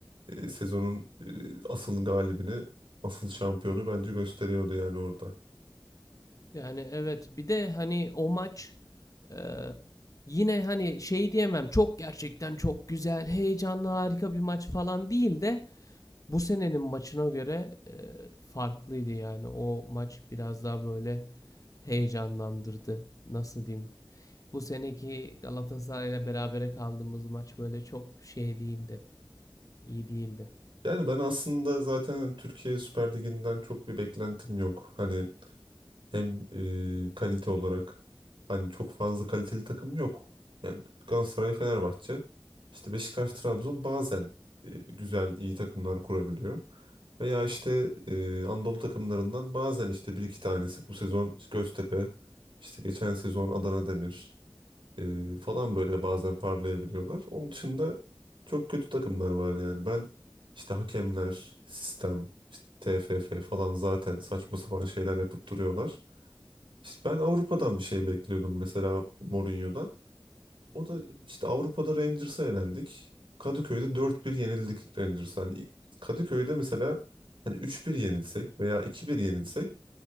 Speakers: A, on the right (about 80°); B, on the left (about 40°).
A: e, sezonun e, asıl galibini, asıl şampiyonu bence gösteriyordu yani orada.
B: Yani evet bir de hani o maç e, yine hani şey diyemem çok gerçekten çok güzel heyecanlı harika bir maç falan değil de bu senenin maçına göre e, farklıydı yani o maç biraz daha böyle heyecanlandırdı. Nasıl diyeyim? Bu seneki Galatasaray'la berabere kaldığımız maç böyle çok şey değildi. iyi değildi.
A: Yani ben aslında zaten Türkiye Süper Ligi'nden çok bir beklentim yok. Hani Hem e, kalite olarak hani çok fazla kaliteli takım yok. Yani Galatasaray, Fenerbahçe, işte Beşiktaş, Trabzon bazen e, güzel, iyi takımlar kurabiliyor. Veya işte e, Anadolu takımlarından bazen işte bir iki tanesi bu sezon Göztepe, işte geçen sezon Adana Demir e, falan böyle bazen parlayabiliyorlar. Onun dışında çok kötü takımlar var yani. Ben işte hakemler, sistem, işte TFF falan zaten saçma sapan şeyler yapıp duruyorlar. İşte Ben Avrupa'dan bir şey bekliyordum mesela Mourinho'dan. O da işte Avrupa'da Rangers'a elendik. Kadıköy'de dört bir yenildik Rangers'a. Hani ilk- Kadıköy'de mesela hani üç bir yenilsek veya iki bir yenilsek